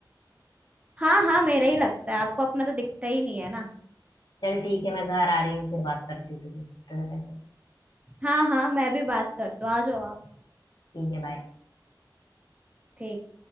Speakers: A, on the right; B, on the left.
A: हाँ हाँ मेरा ही लगता है आपको अपना तो दिखता ही नहीं है ना
B: चल ठीक है मैं घर आ रही हूँ फिर बात करती हूँ तुझे तेरे से
A: हाँ हाँ मैं भी बात करती हूँ आ जाओ आप
B: ठीक है बाय
A: ठीक